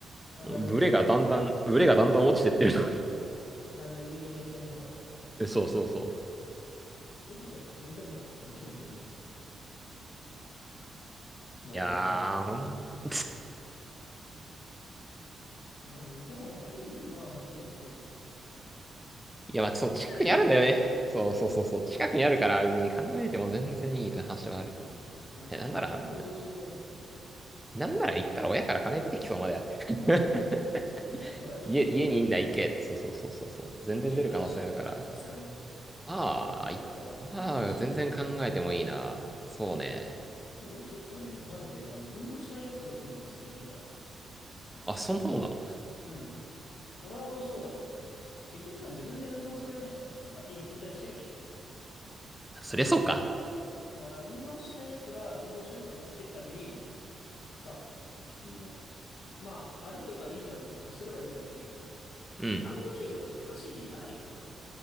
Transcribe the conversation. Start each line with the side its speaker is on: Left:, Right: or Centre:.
Left: あ、なるほどね。
Centre: ブレがだんだん、ブレがだんだん落ちてってるの
Left: だんだん優位に下に下がっていってるのか。
Centre: に <laughs> そうそうそう。
Left: そういう時はやっぱ筋トレだよ。ジム行こう、ジム。まあ俺めったに行かないんだよね。
Centre: いやー、ほん、<laughs> い
Left: まあでも、でも割とジムは本当にお勧めできる。
Centre: や、まあ、そう、
Left: 行ったらやるからね。
Centre: 近くにあるんだよね。そうそうそうそう。近くにあるから、別に考えても全然いいという話はある。
Left: おすごくいい。その、
Centre: いや、なんなら、
Left: 健康増進のために。
Centre: なんなら行ったら親から金出てきそうまである <laughs>
Left: まあ別に出してもらえるでしょ、
Centre: 家、
Left: ジムぐらい。
Centre: 家にいんな行けって。そうそうそうそうそう。
Left: えージムは出してもらえるでしょ、
Centre: 全然出る可能性あるから。
Left: さすがに。
Centre: まあ、
Left: ジム行くから、
Centre: いまあ、
Left: ジム代出してっつったら多分。
Centre: 全然考えてもいいな。そうね。
Left: うん。うん俺結構ね、マジで、あの、運動しないやつほどジムおすすめできるから。
Centre: あ、そんなもんなの
Left: うん。俺はそうだと思う。そ結局さ、自分で運動するようなやつは別に勝手に筋トレしてればいいんだよな。
Centre: そりゃそうか。
Left: そう。だから、運動しないやつが運動習慣をつけるために、さ、結局その、まあ、歩けばいいじゃんとか走ればいいじゃんって言うけど、
Centre: うん。
Left: なんもないところで走りに行かないから。